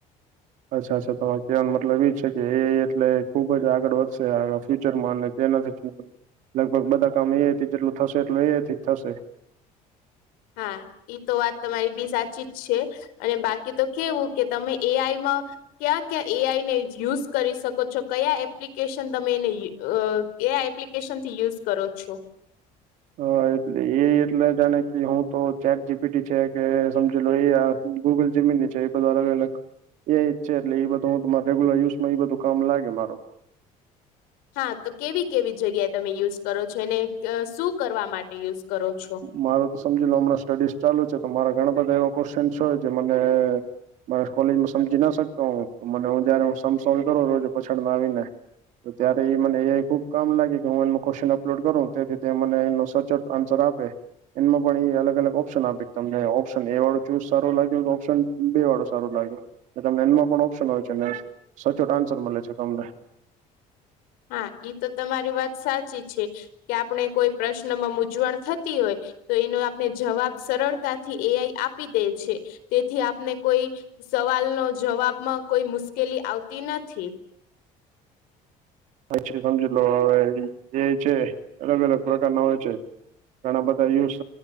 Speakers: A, on the right; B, on the left.
A: અચ્છા અચ્છા તમારે કહેવાનો મતલબ એ છે કે એ એટલે ખુબ જ આગળ વધશે આ ફ્યુચરમાં તેના લગભગ બધા કામ એ આઈ થી જેટલું થશે એટલું એ આઈ થી થશે
B: હા એઈ તો વાત તમારી બી સાચી જ છે. અને બાકી તો કેવું કે તમે એ આઈમાં ક્યાં ક્યાં એઆઈ ને યુઝ કરી શકો છો કયા એપ્લિકેશન તમે એને અ એ એપ્લિકેશન થી યુઝ કરો છો?
A: હા એટલે એ આઈ એટલે જાણે કે હું તો ચેટ જીપીટી છે કે સમજી લો એ ગૂગલ જે <inaudible> અલગ એ જ છે એટલે બધું હુંરેેગ્યુલર યુસમાં એ બધું કામ લાગે મારો તો
B: હા તો કેવી કેવી જગ્યા તમે યુઝ કરો છો ને શું કરવા માટે યુઝ કરો છો?
A: મારો તો સમજી લો હમણાં સ્ટડીઝ ચાલુ છે તો મારા ઘણા બધા એવા ક્વેશ્ચનસ હોય જે મને મને કોલેજમાં સમજી ના શકતો હ મને હું જયારે <unintelligible> આવી ને તો ત્યારે એ મને એ ખુબ કામ લાગે કે હું એનો ક્વેશ્ચન અપલોડ કરું તેથી તે મને એ સચ આન્સર આપ <inaudible> એમાં પણ એ અલગ અલગ ઓપ્શન આપી તમને ઓપ્શન એ વાળો ચૂઝ સારો લાગ્યો ઓપ્શન બે વાળો સારો લાગ્યો તમને એનમાં પણ ઓપ્શન હો છે સચોટ આન્સર મળે છે તમને
B: હા એ તો તમારી વાત સાચી છે કે આપણે કોઈ પ્રશ્નમાં મૂઝવણ થતી હોય તો એનો આપને જવાબ સરળતાથી એઆઈ આપી દે છે તેથી આપને કોઈ સવાલ નો જવાબમાં કોઈ મુશ્કેલી આવતી નથી
A: પછી સમજી લો હવે એ ઈ છે અલગ અલગ પ્રકાર ના હોય છે. ઘણા બધા યુઝ